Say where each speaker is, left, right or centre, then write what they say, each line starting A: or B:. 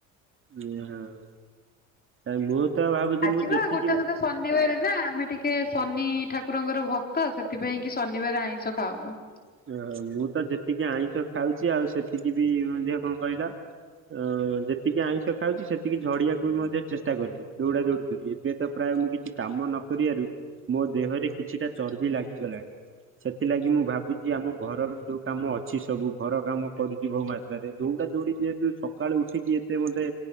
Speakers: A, on the right; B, on the left.
A: ଉ ହଁ ଆଉ ଆଉ ମୁଁ ତ ଭାବୁଛି
B: ଆଜିି
A: ମୁଁ
B: ପା
A: ଯେତିକି
B: ଗୋଟେ ସୁଦ୍ଧା ଶନିବାରେ ନା ଆମେ ଟିକେ ଶନି ଠାକୁରଙ୍କର ଭକ୍ତ ସେଥିପାଇଁ କି ଶନିବାର ଆଇଁଷ ଖାଉନୁ।
A: ଓହୋ ମୁଁ ତ ଯେତିକି ଆଇଁଷ ଖାଉଛି ଆଉ ସେତିକି ବି ମଧ୍ୟ କଣ କହିଲ? ଅ ଯେତିକି ଆଇଁଷ ଖାଉଚି ସେତିକି ଝଡିବାକୁ ବି ମଧ୍ୟ ଚେଷ୍ଟା କଲି ଦୌଡା ଦୌଡି କରି ଏବେ ତ ପ୍ରା ଆ ମୁଁ କିଛି କାମ ନ କରିବାରୁ ମୋ ଦେହରେ କିଛିଟା ଚର୍ବି ଲାଗିଗଲାଣି। ସେଥିଲାଗି ମୁଁ ଭାବୁ ଚି ଆମ ଘରର ଯୋଉ କାମ ଅଛି ସବୁ ଘର କାମ କରୁଛି ବହୁ ମାତ୍ରାରେ ଦୌଡ଼ା ଦୌଡି ଯେହେତୁ ସକାଳୁ ଉଠିକି ଏତେ ମତେ